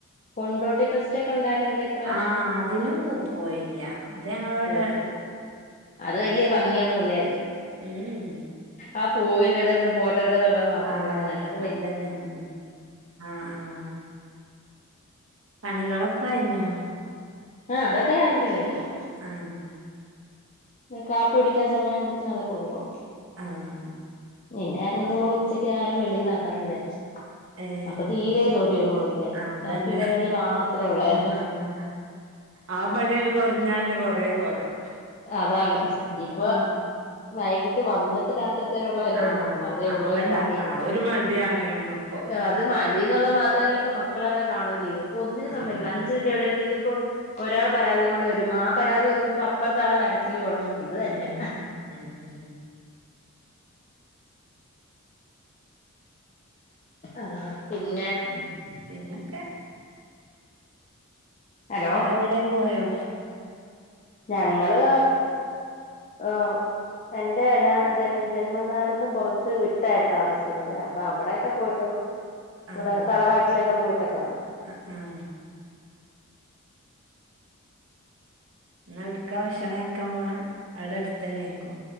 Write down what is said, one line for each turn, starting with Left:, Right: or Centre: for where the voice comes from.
Left: കൊണ്ടോട്ടി ഫെസ്റ്റ് ഒക്കെ ഉണ്ടായിരുന്നല്ലേ ഇപ്രാവശ്യം
Right: ആഹ് അതിന് പോ പോയില്ല അത് ഞങ്ങളവടെ
Left: പോയില്ലല്ലേ അത് വലിയ ഭംഗിയൊന്നും ഇല്ലായിരുന്നു.
Right: ഉം
Left: ആ പൂവിന്റെ എടേ നിന്ന് ഫോട്ട ടുക്കാന്ന്ള്ള മാത്രള്ളാരുന്നു
Right: ആഹ്
Left: അല്ലാ
Right: അതന്നെ ഉം ആഹ് ആഹ് പണികളൊക്കെ കഴിഞ്ഞോ
Left: ആഹ് അതൊക്കെ രാവിലെ കഴിഞ്ഞു
Right: ഉം.
Left: ഞാ കാപ്പി കുടിക്കാൻ സമയ ആവുമ്പോത്തിനും അതൊക്കെ ഒതുങ്ങും
Right: ആഹ്
Left: പിന്നെ ഇന്ന് നമ്മള് ഉച്ചക്ക് ആഹാരം വെളീന്നാക്കാമെന്ന് വിചാരിച്ചു
Right: ഏഹ്
Left: അപ്പം തീരെ ജോലികളൊന്നും ഇല്ലായിരുന്നു
Right: അതന്നെ
Left: കാപ്പി പരിപാടി മാത്ര ഒള്ളായിരുന്നു.
Right: ആഹ് ആ പണിയണ്ട് കുറഞ്ഞാന്നെ കൊറെ കൊറയും
Left: അതാണ് ഇനിയിപ്പോ
Right: ഉം
Left: വൈകിട്ട് വന്നിട്ട് ന്നിട്ട് രാത്രിത്തിനുള്ളതല്ലോ
Right: ആഹ്
Left: നോക്കണം അതേ ഉള്ളു
Right: അപ്പ
Left: ഒരു
Right: ഇണ്ടാക്കണം
Left: പണിയായി
Right: അത് ഒരു മടിയാണേണു അപ്പൊ
Left: അത് മണി എന്നുള്ള മാത്രല്ല അപ്പൊ മക്കളൊക്കെ കാണൂലെ അപ്പൊ ഒന്നിനും സമ്മയ്ക്കൂലാ
Right: ആഹ്
Left: അഞ്ച്. മിനുട്ട് എവിടെലും നൽക്കുമ്പോ ഒരാൾ പരാതി കൊണ്ട് വരും ആ പരാതി ഒതുക്കുമ്പോ അപ്പറത്തെ ആള് കരച്ചില് തുടങ്ങും. ഇത്
Right: ഉം
Left: തന്നെ.
Right: ഉം ഉം
Left: ആഹ് പിന്നെ
Right: ഉം പിന്നൊക്കെ
Left: ഹലോ
Right: ങ്ങള് എവിടെയും പോയോ
Left: ഞങ്ങള് ഏഹ് എന്റെ ഞാൻ ജൻ ജന്മനാട്ന്ന് കൊറച്ച് വിട്ടായിരുന്നു താമസിക്കുന്നത് അപ്പൊ അവിടൊക്കെ പോയിട്ട് വന്നു. ഇവിടെ
Right: ആഹ്
Left: തറവാട്ടിലൊക്കെ പോയിട്ടൊക്കെ വന്നു.
Right: അ ആഹ് ന്ന് എവിട്ക്ക ഭക്ഷണം കഴിക്കാൻ പോണെ അവിടെ അടുത്ത് തന്നെ ആയിരിക്കും.